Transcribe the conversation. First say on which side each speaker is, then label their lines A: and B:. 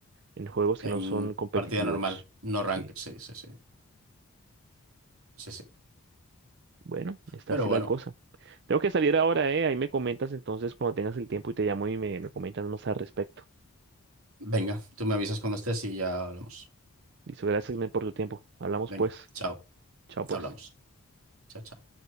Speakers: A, on the right (about 50°); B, on the right (about 75°).
A: en juegos
B: En
A: que no son competitivos.
B: partida normal, no
A: Sí,
B: ranked, sí, sí, sí. Sí, sí.
A: bueno, está
B: Pero
A: así
B: bueno,
A: la cosa. Tengo que salir ahora, ¿eh? Ahí me comentas entonces cuando tengas el tiempo y te llamo y me, me comentas más al respecto.
B: venga, tú me avisas cuando estés y ya hablamos.
A: Listo, gracias, men, por tu tiempo. Hablamos
B: Venga,
A: pues.
B: chao,
A: Chao, pues.
B: hablamos. Chao, chao.